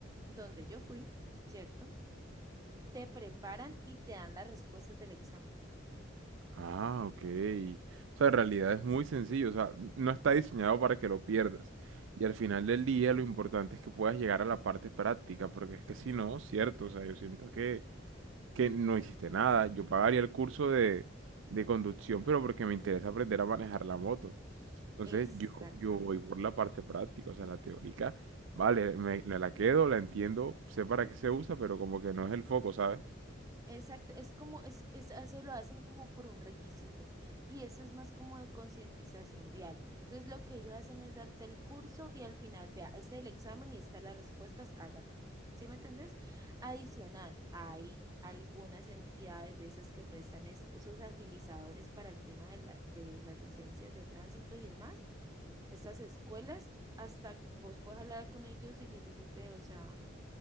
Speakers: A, on the right; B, on the right.
A: donde yo fui, ¿cierto? Te preparan y te dan las respuestas del examen.
B: Ah, ok. O sea, en realidad es muy sencillo. O sea, n- no está diseñado para que lo pierdas. Y al final del día lo importante es que puedas llegar a la parte práctica, porque es que si no, cierto, o sea, yo siento que, que no hiciste nada. Yo pagaría el curso de, de conducción, pero porque me interesa aprender a manejar la moto. Entonces
A: Exactamente.
B: yo, yo voy por la parte práctica, o sea, la teórica, vale, me, me la quedo, la entiendo, sé para qué se usa, pero como que no es el foco, ¿sabes?
A: Exacto, es como, es, es, eso lo hacen como por un requisito y eso es más como de concientización vial. Entonces lo que ellos hacen es darte el curso y al final, vea, este es el examen y estas las respuestas, hágale. ¿Sí me entendés? Adicional, hay algunas entidades de esas que prestan estos, esos agilizadores para el tema de, la, de las licencias de tránsito y demás, estas escuelas, hasta vos puedes hablar con ellos y les decís, ve, o sea